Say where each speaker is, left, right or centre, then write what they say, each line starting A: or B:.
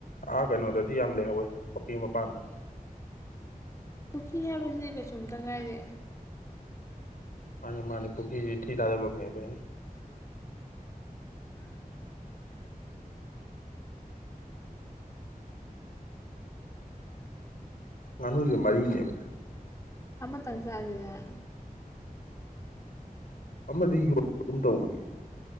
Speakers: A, on the left; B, on the left.
A: ꯑꯥ ꯀꯩꯅꯣꯗꯗꯤ ꯌꯥꯝ ꯂꯩꯍꯧꯋꯦ ꯄꯨꯈ꯭ꯔꯤ ꯃꯄꯥꯟꯗ
B: ꯄꯨꯈꯤ ꯍꯥꯏꯕꯕꯁꯤꯗꯤ ꯀꯩꯁꯨꯨꯝꯇ ꯀꯥꯏꯔꯦ
A: ꯑ ꯃꯥꯅꯦ ꯄꯨꯣꯈꯈꯤ ꯊꯤ ꯇꯥꯗꯕꯝꯅꯤ ꯑꯗꯨ ꯉꯥꯅꯨꯁꯦ ꯃꯔꯤꯅꯦꯕꯁꯦ
B: ꯑꯝꯕꯇꯥꯡ ꯆꯥꯗꯗ
A: ꯑꯃꯗꯤ ꯌꯣꯟꯄꯒ ꯇꯧꯕꯅꯤ